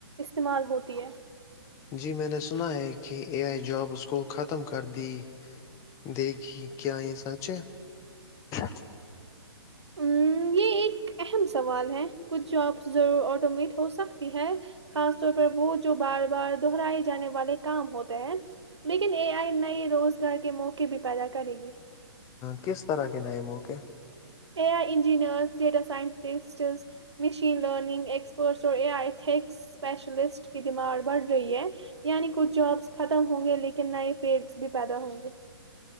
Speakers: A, on the right (about 80°); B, on the left (about 20°).
A: استعمال ہوتی ہے
B: جی میں نے سنا ہے کہ اے آئی جاب اس کو ختم کر دی دگی کیا یہ سچ ہ <inaudible>
A: ہ یہ ایک اہم سوال ہے کچھ جابس ضرور آٹومیٹ ہو سکتی ہے خاص طور پر وہ جو بار بار دہرائے جانے والے کام ہوتے ہیں لیکن اے آئی نئے روزگار کے موقع بھی پیدا کرے گی
B: کس طرح کے نئے موقع
A: A I engineers data scientists machine learning ایک فورس اور اے آئی یکس اسپیشلسٹ کی دماغ بڑھ رہی ہے یعنی کچھ جابس ختم ہوں گے لیکن نئے فیلس بھی پیدا ہوں گے